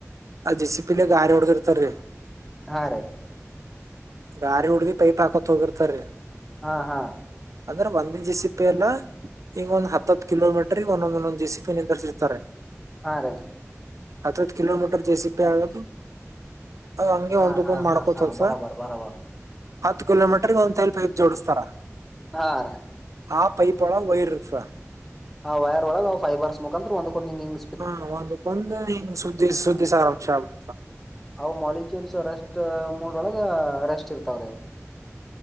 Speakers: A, on the right; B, in the centre.
A: ಆ ಜೆಸಿ ಪಿಲಿ ಗಾರೆ ಹೊಡದಿರ್ತಾರೀ.
B: ಹಾ ರೀ.
A: ಗಾರಿ ಹುಡ್ದಿ ಪೈಪ್ ಹಾಕೋತ್ ಹೋಗಿರ್ತಾರಿ
B: ಹ ಹಾ.
A: ಅಂದ್ರೆ ಒಂದೆ ಜೆಸಿಪ್ಪಿ ಎಲ್ಲಾ ಈಗ ಒಂದ ಹತ್ತ ಹತ್ ಕಿಲೋಮೀಟರ್ ಗೆ ಒಂದೊಂದಂದೊಂದ್ ಜಿಸಿಪಿ ನಿಂದ್ರರ್ಸಿರ್ತಾರ.
B: ಹಾ ರೇ.
A: ಹತ್ ಹತ್ ಕಿಲೋಮೀಟರ್ ಜೆಸಿಪಿ ಆಗಾಕು ಅದ ಹಂಗೆ
B: ಹಾ
A: ಒಂದಕ್ಕೊಂದ್
B: ಹಾ
A: ಮಾಡ್ಕೋತ್
B: ಹಾ ಹಾ
A: <unintelligible>
B: ಬರಾಬರ್ ಬರಾಬರ್
A: ಹತ್ತ ಕಿಲೋಮೀಟರ್ ಒಂದ ತೈಲ್ ಪೈಪ್ ಜೋಡಸ್ತಾರ
B: ಹಾ ರ
A: ಆ ಪೈಪ್ ವಳಗ್ ವೈರ್ ಇರ್ತದ
B: ಆ ವೈರ್ ಒಳಗ್ ಅವು ಫೈಬರ್ಸ್ ಮುಖಾಂತರ ಒಂದಕ್ಕೊಂದ ಹಿಂಗಿಂಗ್
A: ಹಾ ಒಂದಕೊಂದ ಹಿಂಗ್ ಸುದ್ದಿ ಸುದ್ದಿ ಸಾರಾಂಶ ಆಗುತ್ತಾ
B: ಅವು ಮಾಲಿಕ್ಯೂಲ್ಸ್ ರೆಸ್ಟ್ ಮೂಡ್ ಒಳಗ ರೆಸ್ಟ್ ಇರ್ತಾವ್ರೀ.